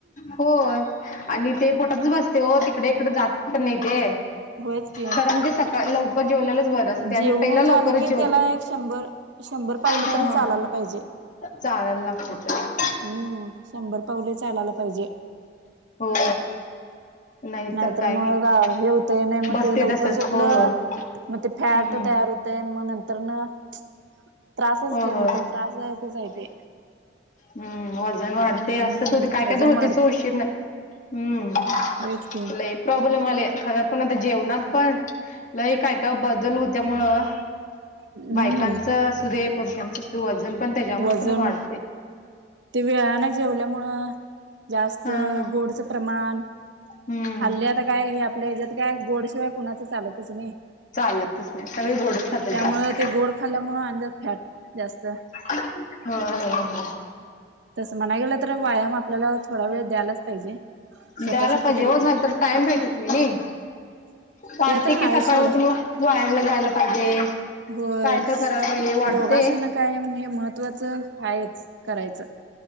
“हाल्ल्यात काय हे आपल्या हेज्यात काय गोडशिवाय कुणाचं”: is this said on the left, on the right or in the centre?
Right